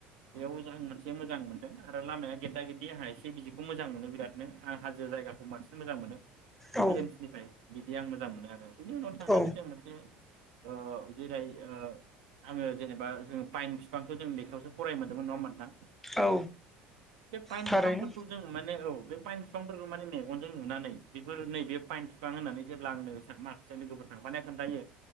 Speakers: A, on the right; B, in the centre.
A: बेयाव आं मोनसे मोजां मोनदों आरो लामाया गेदा- गेदि आंहा एसे बिदिखौ मोजां मोनो बिरादनो आं हाजो जायगाखौ बांसिन मोजां मोनो।
B: औ
A: <unintelligible> निफ्राय बिदि आं मोजां मोनो आरो। बिनि उनाव थांनानै
B: औ
A: जों मोनसे ओ जेरै ओ आङो जेनेबा जोङो पाइन बिफांखौ जों लेखायावसो फराय मोनदोंमोन नङा होनबा नोंथां!
B: औ
A: बे फाइन
B: थारैनो
A: बिफांफोरखौ जों माने औ बे पाइन फिफांफोरखौ माने मेगनजों नुनानै बेफोर नै बे बिफां होननानै जेब्ला आंनो माखासे लोगोफोर थांफा खोन्थायो